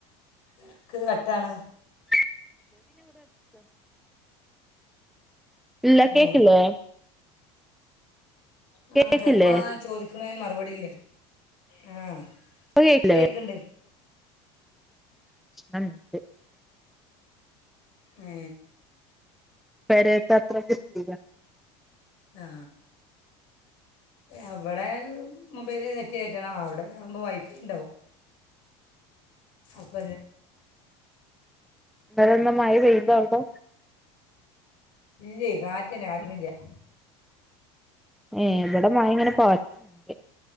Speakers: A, on the left (about 65°); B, in the centre.
A: ഇടക്ക് കട്ടാണ്
B: <unintelligible> ഇല്ല കേട്ടില്ലേ
A: ഉം. ആ
B: കേക്കില്ലേ
A: ചിലപ്പോ ചോദിക്കണനു മറുപടി ആ
B: ഇപ്പ കേക്കില്ലേ
A: പോയെക്കണ്ട്
B: <unintelligible>
A: ഏ
B: പെരേത്ത അത്ര <inaudible>
A: ആ അവിടെ മൊബൈല് നെറ്റ് കേറ്റണം അവിടെ ആവുമ്പോൾ വൈഫൈ ഉണ്ടാവും അപ്പ
B: ഇന്നലെന്താ മഴ പെയ്താ അവിടെ
A: ഇല്ലെ കാറ്റന്നെ <inaudible>
B: ഏ ഇവിടെ മഴ ഇങ്ങനെ പാറ്റണ്ണ്ട്